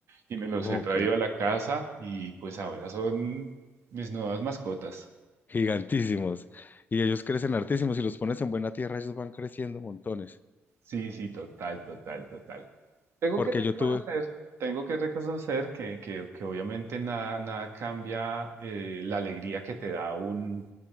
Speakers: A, on the right (about 65°); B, on the left (about 40°).
A: y me los
B: Oh,
A: he traído
B: ok,
A: a la casa y pues ahora son mis nuevas mascotas.
B: gigantísimos. Y ellos crecen hartísimos, y los pones en buena tierra, ellos van creciendo montones,
A: Sí, sí, total, total, total. Tengo
B: porque
A: que reconocer,
B: yo tuve...
A: tengo que reconocer que, que, que obviamente nada, nada cambia eh, la alegría que te da un